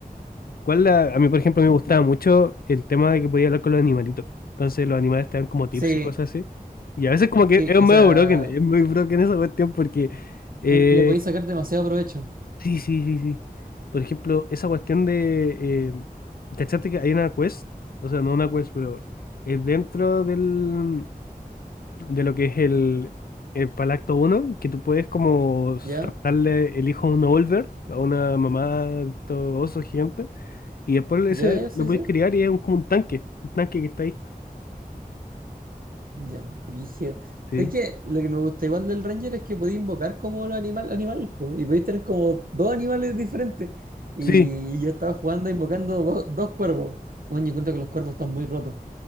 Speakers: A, on the left; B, on the right.
A: cuál la- a mí, por ejemplo, me gustaba mucho el tema de que podía hablar con los animalitos. Entonces los animales te dan como tips
B: Sí,
A: y cosas así. Y a veces como que
B: sí,
A: es
B: esa
A: medio broken, es muy broken esa cuestión porque...
B: bueno,
A: eh,
B: le podéis sacar demasiado provecho.
A: Sí, sí, sí, sí. Por ejemplo, esa cuestión de... eh, ¿cachaste que hay una quest? O sea, no una quest, pero es dentro del, de lo que es el, el Palacto uno que tú puedes como
B: Ya,
A: raptarle el hijo a un olver a una mamá de estos osos gigantes, y después ese
B: ya, ya, sí,
A: lo puedes
B: sí.
A: criar y es un- como un tanque, un tanque que está ahí.
B: Ya, brígido.
A: Sí,
B: Sé que lo que me gusta igual del Ranger es que podía invocar como los animal, animales, po, y podéis tener como dos animales diferentes. Y
A: sí,
B: yo estaba jugando invocando dos dos cuervos. Bueno, yo encuentro que los cuervos están muy rotos,